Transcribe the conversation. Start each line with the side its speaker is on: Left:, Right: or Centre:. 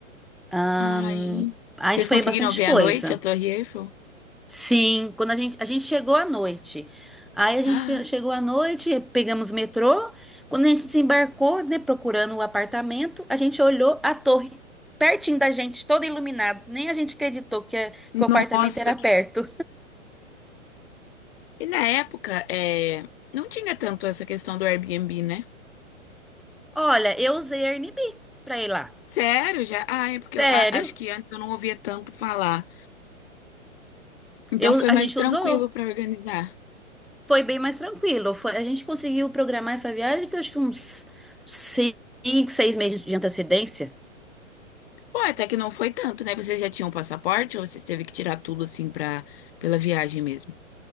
Centre: Ahn,
Left: Ai,
Centre: a
Left: Vocês
Centre: gente foi
Left: conseguiram
Centre: em bastante
Left: ver
Centre: coisa.
Left: à noite a Torre Eiffel? <gasps>
Centre: Sim, quando a gente, a gente chegou à noite. Aí a gente
Left: Ah,
Centre: che- chegou à noite, pegamos o metrô. Quando a gente desembarcou, né, procurando o apartamento, a gente olhou a torre pertinho da gente, toda iluminada. Nem a gente acreditou que, é- que o apartamento
Left: nossa,
Centre: era
Left: que
Centre: perto.
Left: E na época, é, não tinha tanto essa questão do Airbnb, né?
Centre: Olha, eu usei Airbnb pra ir lá.
Left: Sério, já? Ah, é porque
Centre: Sério?
Left: eu a- acho que antes eu não ouvia tanto falar. Então
Centre: Eu,
Left: foi
Centre: a
Left: mais
Centre: gente
Left: tranquilo
Centre: usou.
Left: pra organizar.
Centre: Foi bem mais tranquilo. Foi, a gente conseguiu programar essa viagem que eu acho que uns cinco, seis meses de antecedência.
Left: Pô, até que não foi tanto, né? Vocês já tinham passaporte ou vocês teve que tirar tudo assim pra, pela viagem mesmo?